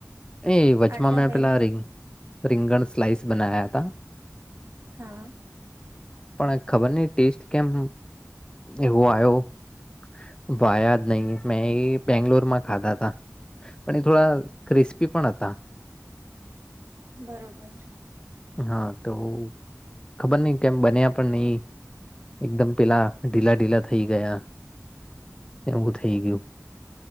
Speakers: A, on the left; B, on the right.
A: એ વચમાં
B: આટલા
A: મેં
B: વહેલા
A: પેલા રંગ રીંગણ સ્લાઈસ બનાયા તા
B: હા.
A: પણ ખબર નહીં ટેસ્ટ કેમ એવો આવ્યોયા જ નહી મેં એ બેંગ્લોરમાં ખાધા તા. પણ એ થોડા ક્રિસ્પી પણ હતા.
B: બરોબર.
A: હા તો ખબર નહી કેમ બન્યા પણ નહી એકદમ પેલા ઢીલા ઢીલા થઈ ગયા એવું થઈ ગયું.